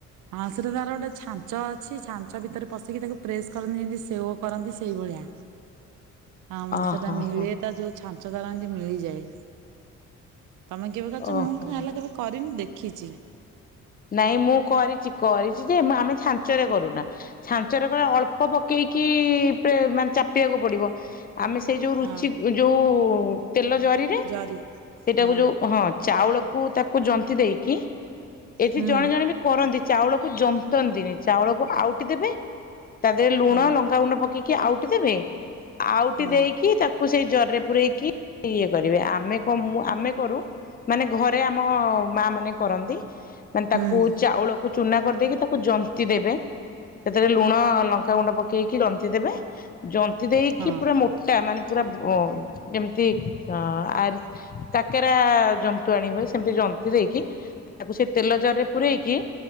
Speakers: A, on the right (about 80°); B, on the left (about 30°).
A: ହଁ ସେଟା ତାର ଗୋଟେ ଛାଞ୍ଚ ଅଛି ଛାଞ୍ଚ ଭିତରେ ପଶେଇିକି ତାକୁ ପ୍ରେସ କରନ୍ତି ଯେମତି ସେଓ କରନ୍ତି ସେଇ ଭଳିଆ। ଆ
B: ଓହୋ
A: ସେଟା ମିଳେ
B: ହୋ
A: ତା ଯୋଉ ଛାଞ୍ଚ ଧାରନ୍ତି ମିଳିଯାଏ। ତମେ କେବେ କଚଛ
B: ଓହୋ
A: ମୁଁ କ ହେଲେ କେବେ କରିନି ଦେଖି ଖିଚି।
B: ନାଇଁ ମୁଁ କରିଛି କରିଛି ଯେ ଆମେ ଛାଞ୍ଚରେ କରୁନା ଛାଞ୍ଚରେ କଲେ ଅଳ୍ପ ପକେଇକି ମାନେ ଚାପିବାକୁ ପଡିବ ଆମେ ସେଇ ଯୋଉ ରୁଚି
A: ହଁ
B: ଯୋଉ ତେଲ ଜରିରେ
A: ଜରି
B: ସେଇଟାକୁ
A: ହଁ
B: ଯୋଉ ହଁ ଚାଉଳ କୁ ତାକୁ ଜନ୍ତିି ଦେଇକି ଏଠି
A: ହୁଁ
B: ଜଣେ ଜଣେ ବି କରନ୍ତି ଚାଉଳକୁ ଜମ ନ୍ତନ୍ତିନି ଚାଉଳକୁ ଆଉଟି ଦେବେ ତା ଦେହରେ ଲୁଣ
A: ହଁ
B: ଲଙ୍କାଗୁଣ୍ଡ ପକେଇକି କି ଆଉ ଟିକେ ଦେ ଆଉଟି
A: ହଁ
B: ଦେଇକି ତାକୁ ସେଇ ଜରିରେ ପୂରେଇକି ଇଏ କରିବେ ଆମେ କ ଆମେ କରୁ ମାନେ ଘରେ ଆମେ ଆମ ମା ମାନେ କରନ୍ତି। ତାକୁ
A: ହୁଁ।
B: ଚାଉଳକୁ ଚୁନା କରିଦେଇକି ତାକୁ ଜନ୍ତି ଦେବେ ସେଥିରେ ଲୁଣ ଲଙ୍କା ଲଙ୍କାଗୁଣ୍ଡ ପକେଇ ପକେଇକି ଜନ୍ତି ଦେବେ ଜନ୍ତି ଦେଇକି
A: ହଁ
B: ପୁରା ମୋଟା ମାନେ ପୁରା ବ ଯେମିତି ଆରି କାକେରା ଜନ୍ତଣି ହୁଏ ସେମିତି ଜନ୍ତ ଦେଇକି ତାକୁ ସେ ତେଲ ଜରିରେ ପୂରେଇକି